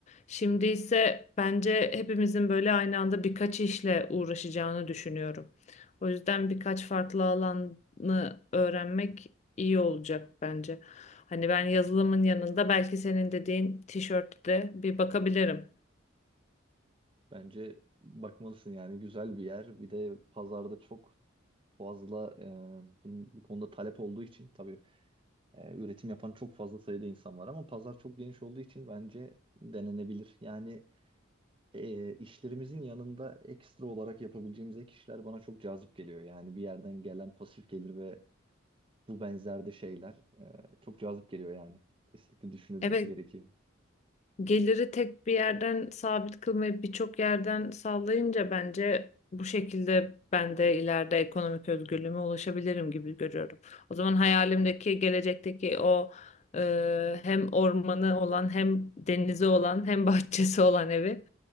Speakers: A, on the left; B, on the right.
A: Şimdi ise bence hepimizin böyle aynı anda birkaç işle uğraşacağını düşünüyorum. O yüzden birkaç farklı alanı öğrenmek iyi olacak bence. Hani ben
B: Bence,
A: yazılımın yanında belki senin dediğin tişörtte bir bakabilirim.
B: bence bakmalısın yani güzel bir yer. Bir de pazarda çok fazla e, bunun- bu konuda talep olduğu için tabii e, üretim yapan çok fazla sayıda insan var ama pazar çok geniş olduğu için bence denenebilir. Yani e, işlerimizin yanında ekstra olarak yapabileceğimiz ek işler bana çok cazip geliyor. Yani bir yerden gelen pasif gelir ve bu benzerde şeyler e, çok cazip geliyor yani. Kesinlikle düşünülmesi
A: Evet
B: gerekiyor.
A: geliri tek bir yerden sabit kılmayıp birçok yerden sağlayınca bence bu şekilde ben de ileride ekonomik özgürlüğüme ulaşabilirim gibi görüyorum. O zaman hayalimdeki gelecekteki o e, hem ormanı olan hem denizi olan hem <laughs> bahçesi olan evi